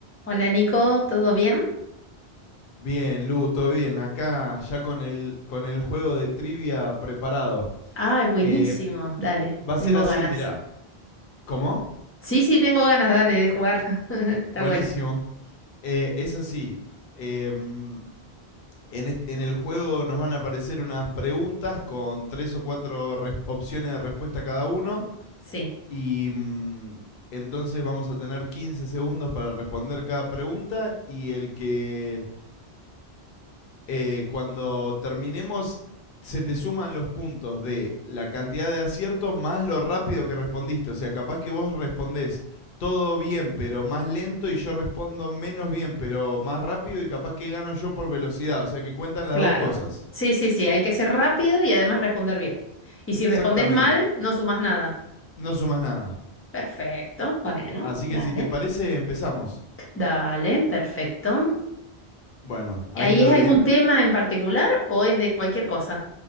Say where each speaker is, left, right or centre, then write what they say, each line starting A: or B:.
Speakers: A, on the left (about 15°); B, on the left (about 65°).
A: Hola Nico, ¿todo bien?
B: Bien, Lu, todo bien. Acá ya con el, con el juego de trivia preparado.
A: Ay, buenísimo,
B: Eh,
A: dale,
B: va a
A: tengo
B: ser así,
A: ganas.
B: mirá. ¿Cómo?
A: Sí, sí, tengo ganas, dale, de jugar. <laughs> Está
B: Buenísimo.
A: bueno.
B: Eh, es así. em, en, est- en el juego nos van a aparecer unas preguntas con tres o cuatro res- opciones de respuesta cada uno.
A: Sí,
B: Y mm, entonces vamos a tener 15 segundos para responder cada pregunta. Y el que eh, cuando terminemos, se te suman los puntos de la cantidad de aciertos más lo rápido que respondiste. O sea, capaz que vos respondés todo bien, pero más lento, y yo respondo menos bien, pero más rápido, y capaz que gano yo por velocidad. O sea, que cuentan las
A: claro.
B: dos cosas.
A: Sí, sí, sí, hay que ser rápido y además responder bien. Y si
B: Exactamente.
A: respondes mal, no sumas nada.
B: No sumas nada.
A: Perfecto, bueno,
B: Así que
A: dale.
B: si te parece, empezamos.
A: Dale, perfecto.
B: Bueno, ahí
A: ¿Ahí
B: le doy,
A: es algún
B: ¿eh?
A: tema en particular o es de cualquier cosa?